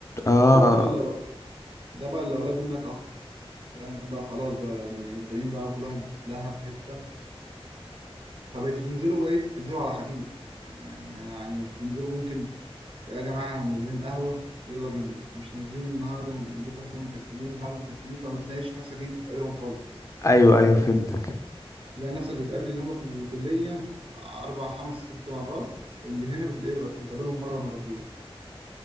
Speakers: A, on the left (about 30°); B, on the right (about 60°).
A: اه
B: فهو ده بقى اللي ده بقى اللي قريب منك اكتر يعني بقى خلاص بقى يعني التانيين بقى كل واحد لها في حته فبقيتوا تنزلوا بقى ايه تنزلوا على خفيف يعني بتنزلوا ممكن يا جماعه نازلين قهوه يلا بينا مش نازلين النهارده بكره تلاقيهم مكسلين بعد مكسلين فما تلاقيش نفسك إن انت تقابلهم خالص
A: ايوه ايوه فهمتك
B: تلاقي نفسك بتقابل اللي هم في الكلية أربع خمس ست مرات اللي هنا بتلاقيه بتقابلهم مرة مرتين